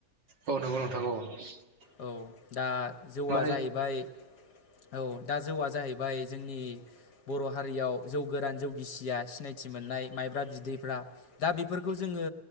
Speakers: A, on the right; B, on the left.
A: औ नंगौ <inaudible>
B: औ दा जौआ
A: माने
B: जाहैबाय औ दा जौआ जाहैबाय जोंनि बर' हारियाव जौ गोरान जौगिसिया सिनायथि मोननाय माइब्रा बि दैफ्रा दा बेफोरखौ जोङो